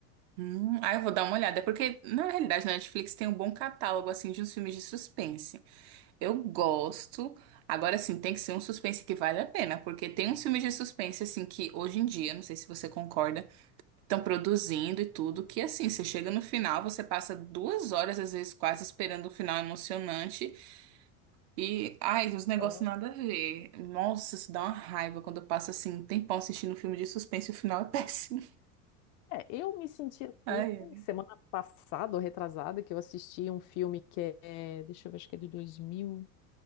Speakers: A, on the right; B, on the left.
A: Hum. Ah, eu vou dar uma olhada. É porque, na realidade, na Netflix tem um bom catálogo, assim, de uns filmes de suspense. Eu gosto. Agora, sim, tem que ser um suspense que vale a pena. Porque tem uns filmes de suspense, assim, que hoje em dia, não sei se você concorda, estão produzindo e tudo, que, assim, você chega no final, você passa duas horas, às vezes, quase esperando o final emocionante. E, ai, os negócios
B: Ah,
A: nada a ver. Nossa, isso dá uma raiva quando eu passo assim um tempão assistindo um filme de suspense e o final é péssimo. <laughs>
B: É, eu me senti assim
A: Ai, ai.
B: semana passada, ou retrasada, que eu assisti um filme que é, deixa eu ver, acho que é de 2000